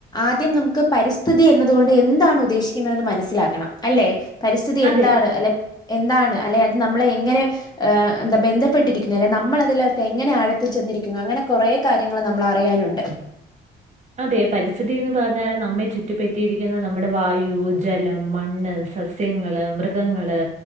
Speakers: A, on the left; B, on the right.
A: ആദ്യം നമ്മുക്ക് പരിസ്ഥിതി എന്നതുകൊണ്ട് എന്താണ് ഉദ്ദേശിക്കുന്നതെന്ന് മനസ്സിലാക്കണം. അല്ലെ? പരിസ്ഥിതിയെന്താണ്
B: അതെ,
A: അല്ലെ എന്താണ് അല്ലെ അത് നമ്മളെ എങ്ങനെ ഏഹ് എന്ത ബന്ധപ്പെട്ടിരിക്കുന്നു അല്ലെ നമ്മൾ അതിലകത്ത് എങ്ങനെ ആഴത്തിൽ ചെന്നിരിക്കുന്നു അങ്ങനെ കൊറേ കാര്യങ്ങള് നമ്മളറിയാനുണ്ട്.
B: അതെ പരിസ്ഥിതിന്ന് പറഞ്ഞാല് നമ്മെ ചുറ്റുപറ്റിയിരിക്കുന്ന നമ്മുടെ വായു, ജലം, മണ്ണ്, സസ്യ സ്യങ്ങള്, മൃഗങ്ങള്